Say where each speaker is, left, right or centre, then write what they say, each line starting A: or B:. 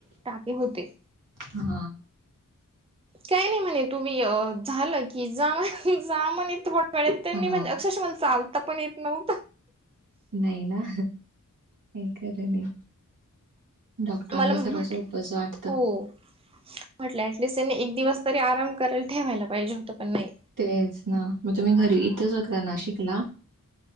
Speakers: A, on the right; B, on the right.
A: टाके होते
B: हा
A: काही नाही म्हणे तुम्ही झालं की जा म्ह जा म्हणे थडं ेड्या त्यांनी
B: हा
A: म्हणजे अक्षयश मला चालता पण येत नव
B: नाही ना हे कर नाही डॉक्टरांना
A: मला म्हटलं
B: सर्वच उपज वाटतं
A: हो म्हटलं टिस्ट त्यांने एक दिवस तरी आराम करायला ठेवायला पाहिजे होतं पण नाही
B: तेच ना मग तुम्ही घरी इथंचकताना शिकला